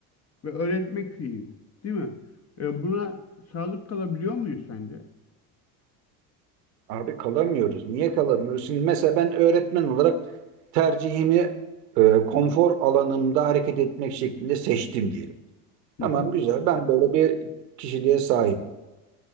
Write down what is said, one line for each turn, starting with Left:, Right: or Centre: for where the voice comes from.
Left: ve öğretmek fiili, değil mi? E, buna sadık kalabiliyor muyuz sence?
Right: Abi kalamıyoruz. Niye kalamıyoruz? Şimdi mesela ben öğretmen olarak tercihimi e, konfor alanımda hareket etmek şeklinde seçtim diyelim.
Left: Hı
Right: Tamam
Left: hı.
Right: güzel. Ben böyle bir kişiliğe sahibim.